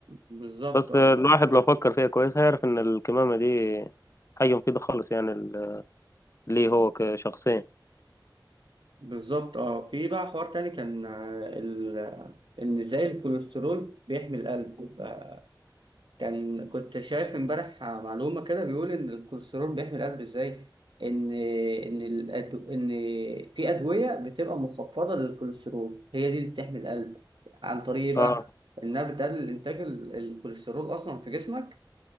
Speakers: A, on the right; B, on the left.
A: بالظبط
B: بس
A: اه
B: الواحد لو فكر فيها كويس هيعرف ان الكمامه دي حاجه مفيده خالص يعني ليه هو كشخصيا
A: بالظبط اه في بقى حوار تاني كان آه، ال... ان ازاي الكوليسترول بيحمي القلب آه، كان كنت شايف امبارح معلومة كده بيقول ان الكوليسترول بيحمي القلب ازاي ان ان الأدو... ان في ادوية بتبقى مخفضة للكوليسترول هي دي اللي بتحمي القلب عن طريق إيه
B: اه
A: بقى انها بتقلل انتاج ال- الكوليسترول اصلا في جسمك